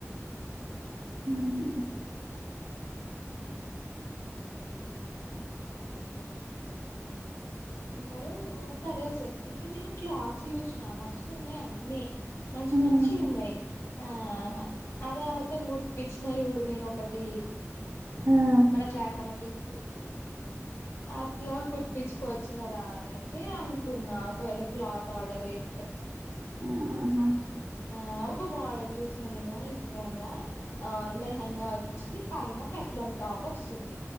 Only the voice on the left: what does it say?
అంటారు కద వసంది అయితే నేను క్లాత్స్ చయూసిన మస్తు ఉన్నాయి అన్నీ మంచి
మంచి ఉన్నాయి ఆహా అదే ఆమెతోను గుప్పచ్చినాయిడు నేను ఒకటి
మన క్లాస్ అమ్మకి ఇచ్చి అట్లా కుర్పచ్చుపోవచ్చు చ్చు కదా అనేసి అనుకున్నా ఒకవేళ క్లాత్ ఆర్డర్ చేస్తే
ఆ ఒక మోడల్ చూసిన నేను ఇన్స్టాగ్రామ్ లెహంగా వచ్చి పైన పెప్ల టాప్ వస్తుంది